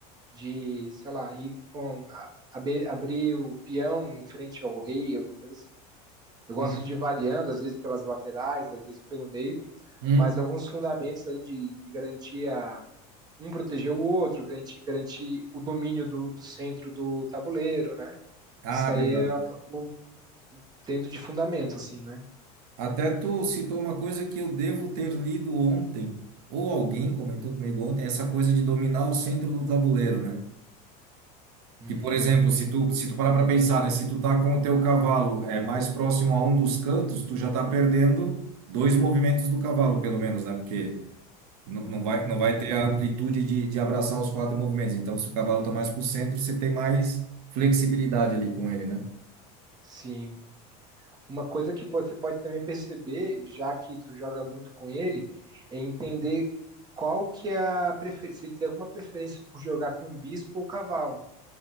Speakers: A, on the right; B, on the right.
A: de, sei lá, ir com a- abe- abrir o peão em frente ao rei, alguma coisa assim. Eu gosto
B: Uhum.
A: de ir variando, às vezes pelas laterais, às vezes pelo meio,
B: Uhum.
A: mas alguns fundamentos ali de, de garantir a, um proteger o outro, garantir, garantir o domínio do, do centro do tabuleiro, né?
B: Ah,
A: Isso aí
B: verdade.
A: eu acabo tendo de fundamento, assim, né?
B: Até tu citou uma coisa que eu devo ter lido ontem, ou alguém comentou comigo ontem, essa coisa de dominar o centro do tabuleiro, né?
A: Uhum,
B: Que, por exemplo, se tu, se tu parar para pensar, né? Se tu tá com o teu cavalo é mais próximo a um dos cantos, tu já tá perdendo dois movimentos do cavalo, pelo menos, né? Porque não não vai, não vai
A: uhum,
B: ter a amplitude de, de abraçar os quatro movimentos. Então, se o cavalo tá mais pro centro, você tem mais flexibilidade ali com ele, né?
A: sim. Uma coisa que você pode também perceber, já que tu joga muito com ele, é entender qual que é a preferência, se ele tem alguma preferência por jogar com um bispo ou cavalo,